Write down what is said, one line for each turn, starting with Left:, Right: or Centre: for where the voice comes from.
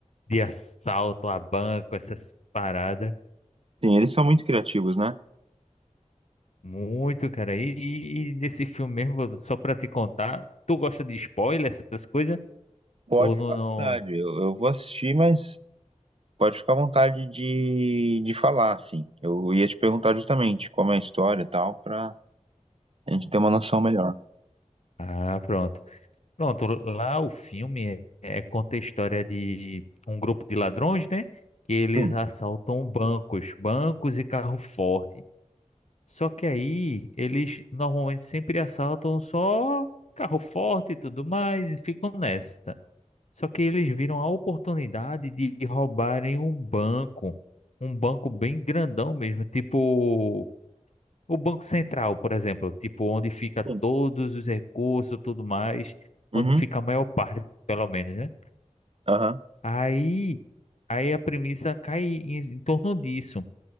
Left: de assalto a banco, essas paradas.
Right: sim, eles são muito criativos, né?
Left: Muito, cara. E, e- e nesse filme mesmo, só pra te contar, tu gosta de spoiler, essas coisas?
Right: Pode
Left: Ou não,
Right: ficar à
Left: não-
Right: vontade. Eu, eu vou assistir, mas pode ficar à vontade de, de falar, assim. Eu ia te perguntar justamente como é a história e tal, pra a gente ter uma noção melhor.
Left: Ah, pronto. Pronto, lá o filme é, é- conta a história de um grupo de ladrões, né? Que eles
Right: Sim,
Left: assaltam bancos, bancos e carro forte. Só que aí eles normalmente sempre assaltam só carro forte e tudo mais e ficam nessa. Só que eles viram a oportunidade de roubarem um banco, um banco bem grandão mesmo, tipo o Banco Central, por exemplo, tipo onde fica
Right: sim.
Left: todos os recursos, tudo mais,
Right: Uhum,
Left: onde fica a maior parte, pelo menos, né?
Right: aham,
Left: Aí, aí a premissa cai em, em torno disso.